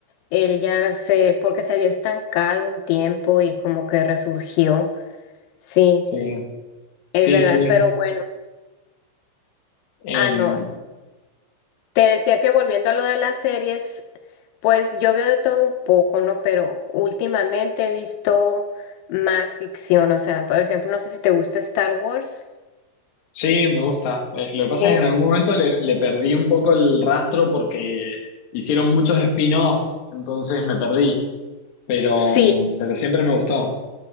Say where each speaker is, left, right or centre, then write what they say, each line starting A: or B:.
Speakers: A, on the left; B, on the left.
A: él ya se, porque se había estancado un tiempo y como que resurgió, sí,
B: Sí,
A: es
B: sí,
A: verdad,
B: sí.
A: pero bueno,
B: Em,
A: ah, no, te decía que volviendo a lo de las series, pues yo veo de todo un poco, ¿no? Pero últimamente he visto más ficción, o sea, por ejemplo, no sé si te gusta Star Wars,
B: sí, me gusta. Eh, lo que pasa
A: ¿sí?
B: es que en algún momento le, le perdí un poco el rastro porque hicieron muchos spin-off, entonces me perdí. Pero,
A: Sí,
B: pero siempre me gustó.